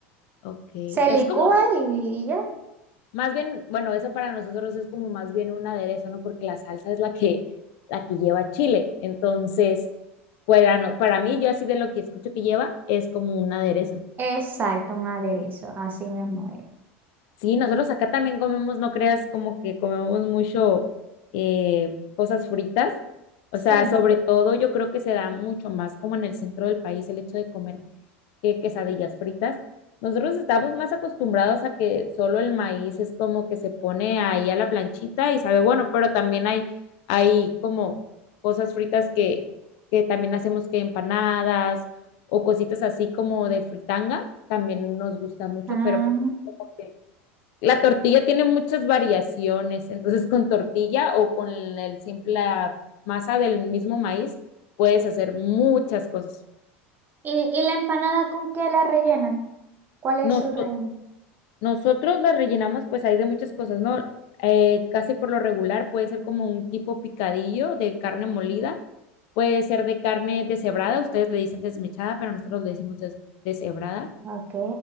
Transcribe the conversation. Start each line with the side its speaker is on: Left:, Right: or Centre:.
Left: Ok,
Right: Se
Left: es
Right: licúa
Left: como,
Right: y, y ya.
Left: más bien, bueno, eso para nosotros es como más bien un aderezo, ¿no? Porque la salsa es la que, la que lleva chile. Entonces, para, no- para mí, yo así de lo que escucho que lleva, es como un aderezo.
Right: Exacto, un aderezo, así mismo es.
Left: Sí, nosotros acá también comemos, no creas, como que comemos mucho eh, cosas fritas.
Right: Sí.
Left: O sea, sobre todo yo creo que se da mucho más como en el centro del país el hecho de comer que quesadillas fritas. Nosotros estamos más acostumbrados a que solo el maíz es como que se pone ahí a la planchita y sabe bueno, pero también hay, hay como cosas fritas que, que también hacemos que empanadas o cositas así como de fritanga, también nos gusta mucho,
Right: Ah.
Left: pero pues es como que la tortilla tiene muchas variaciones, entonces con tortilla o con el simple la masa del mismo maíz puedes hacer muchas cosas.
Right: ¿Y, y la empanada con qué la rellenan? ¿Cuál es
Left: Nosotros
Right: su relleno?
Left: Nosotros las rellenamos, pues hay de muchas cosas, ¿no? Eh, casi por lo regular puede ser como un tipo picadillo de carne molida, puede ser de carne deshebrada, ustedes le dicen desmechada, pero nosotros le decimos des- deshebrada,
Right: Ok,